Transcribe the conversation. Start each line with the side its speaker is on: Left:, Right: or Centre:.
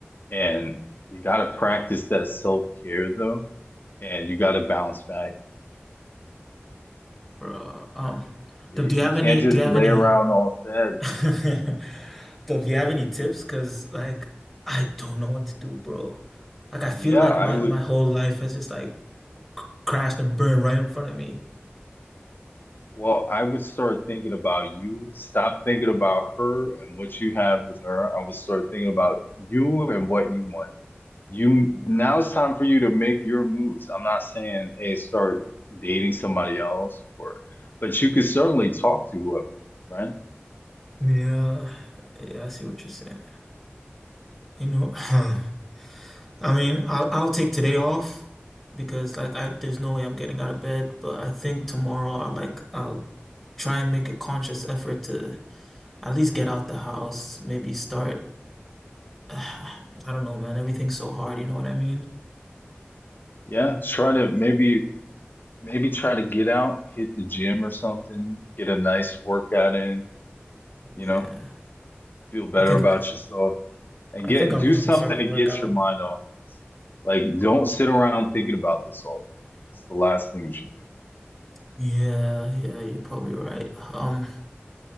Left: and you gotta practice that self-care though, and you gotta bounce back.
Centre: Bro, um,
Left: You,
Centre: do you
Left: you
Centre: have
Left: can't
Centre: any?
Left: just
Centre: Do you have
Left: lay
Centre: any?
Left: around all sad.
Centre: <laughs> Do you have any tips? Cause like I don't know what to do, bro. Like I feel
Left: Yeah,
Centre: like
Left: I
Centre: my
Left: would
Centre: my whole life has just like c- crashed and burned right in front of me.
Left: Well, I would start thinking about you. Stop thinking about her and what you have with her. I would start thinking about you and what you want. You now it's time for you to make your moves. I'm not saying, hey, start dating somebody else or but you could certainly talk to whoever, right?
Centre: Yeah, yeah, I see what you're saying. You know, <clears throat> <sighs> I mean, I'll I'll take today off because like I there's no way I'm getting out of bed. But I think tomorrow I'll like I'll try and make a conscious effort to at least get out the house, maybe start. <sighs> I don't know, man. Everything's so hard, you know what I mean?
Left: Yeah, try to maybe maybe try to get out, hit the gym or something, get a nice workout in, you
Centre: Yeah.
Left: know, feel better
Centre: I think
Left: about yourself. and
Centre: I
Left: get
Centre: think I'll
Left: do
Centre: probably
Left: something
Centre: start with
Left: to
Centre: a workout.
Left: get your mind off of this. Like, don't sit around thinking about this all day. It's the last thing you should do.
Centre: yeah, yeah, you're probably right. Um,